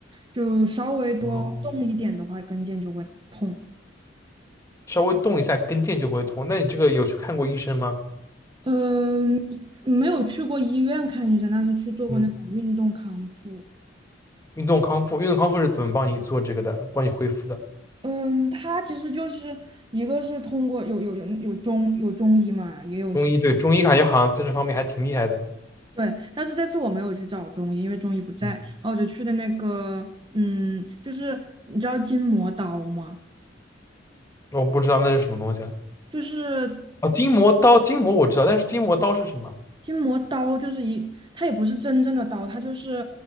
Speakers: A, on the right; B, on the left.
A: 就稍微多动一点的话，
B: 哦，
A: 跟腱就会痛。
B: 稍微动一下跟腱就会痛。那你这个有去看过医生吗？
A: 嗯，没有去过医院看医生，但是去做过那种运动康复。
B: 嗯，运动康复，运动康复是怎么帮你做这个的，帮你恢复的？
A: 嗯，它其实就是一个是通过有有有有中有中医嘛，也有西
B: 中医，对，中医感觉好像在这方面还挺厉害的。
A: 对，但是这次我没有去找中医，因为中医不在，
B: 嗯
A: 然后我就去的那个，嗯，就是你知道筋膜刀吗？
B: 我不知道那是什么东西啊。
A: 就是
B: 啊，筋膜刀，筋膜我知道，但是筋膜刀是什么？
A: 筋膜刀就是一，它也不是真正的刀，它就是